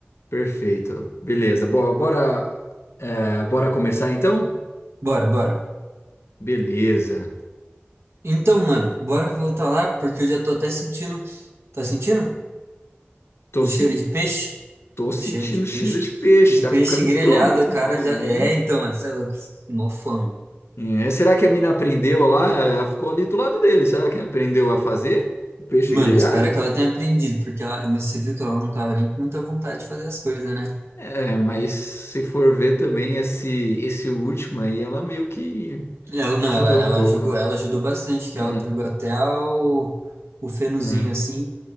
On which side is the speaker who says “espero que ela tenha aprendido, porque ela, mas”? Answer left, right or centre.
Right